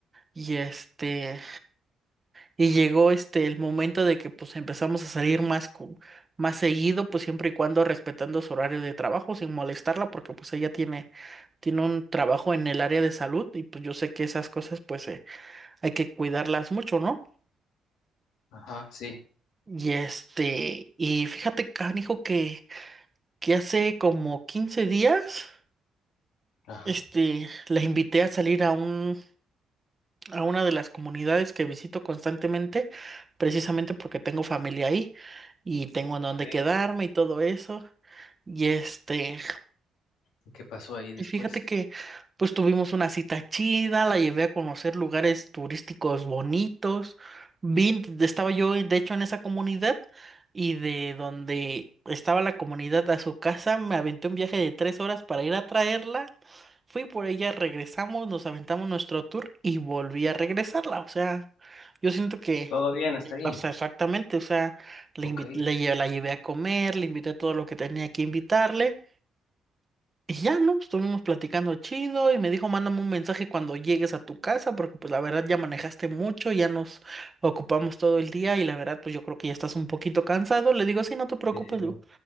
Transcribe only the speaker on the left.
Ajá, sí.
Ajá.
Ok.
¿Y qué pasó ahí después?
¿Todo bien hasta ahí?
Ok.
Sí,
sí. sí.